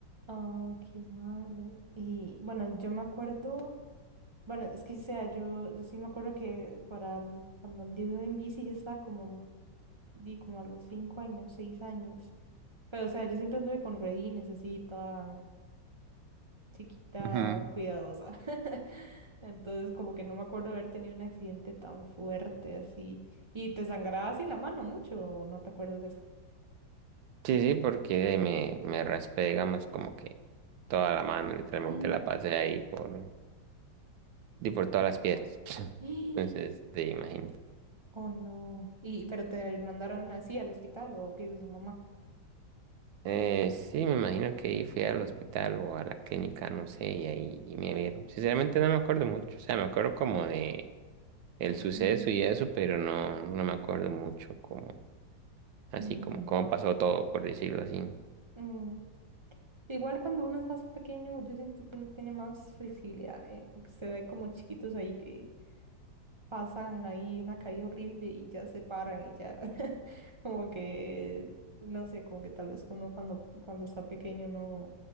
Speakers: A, on the right; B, on the right.
A: Oh, qué malo. Y bueno, yo me acuerdo, bueno, es que o sea, yo, yo sí me acuerdo que para el- cuando anduve en bici ya estaba como, di como a los cinco años, seis años. Pero o sea, yo siempre anduve con ruedines, así, toda chiquita,
B: Ujú.
A: cuidadosa. <laughs> Entonces, como que no me acuerdo haber tenido un accidente tan fuerte así. Y te sangraba así la mano mucho, ¿o ¿no te acuerdas de eso?
B: sí, sí, porque me, me raspé, digamos, como que toda la mano, literalmente
A: Mm.
B: la pasé ahí por Y por todas las piedras. <laughs>
A: Mm.
B: Entonces,
A: <gasps>
B: te imaginas.
A: Oh, no. Y, pero te mandaron así al hospital, ¿o qué hizo su mamá?
B: Eh, sí, me imagino que ahí fui al hospital o a la clínica, no sé, y ahí me vieron. Sinceramente no me acuerdo mucho. O sea, me acuerdo como de el suceso
A: Mm,
B: y eso, pero no, no me acuerdo mucho como, así
A: mm,
B: como
A: lo mejor.
B: cómo pasó
A: ¿no?
B: todo, por decirlo así.
A: Mm, Igual cuando uno es más pequeño, yo siento que uno tiene más flexibilidad, eh, porque se ve como chiquitos ahí que pasan ahí una caída horrible y ya se paran y ya <laughs> como que, no sé, como que tal vez uno cuando, cuando está pequeño no,